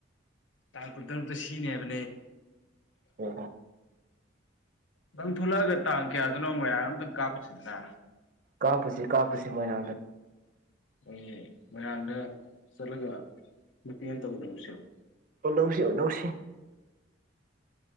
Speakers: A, on the left (about 80°); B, on the right (about 45°).
A: ꯇꯥꯡ ꯇ ꯁꯤꯅꯦ ꯑꯗꯨ
B: ꯑꯣ
A: ꯅꯪ ꯊꯣꯛꯂꯛꯑꯒ ꯇꯥꯡ ꯀꯌꯥꯗꯅꯣ ꯃꯔꯥꯡ ꯑꯝꯇꯪ ꯀꯥꯞꯄꯁꯤꯗꯅ
B: ꯀꯥꯞꯄꯨꯁꯤ ꯀꯥꯞꯄꯁꯤ ꯃꯣꯏꯔꯥꯡꯗ
A: ꯑꯩ ꯃꯣꯏꯔꯥꯡꯗ ꯆꯠꯂꯒ ꯅꯨꯄꯤꯦꯡꯅ ꯇꯧꯅꯔꯁꯦꯕ
B: ꯅꯧꯁꯤ ꯅꯧꯁꯤ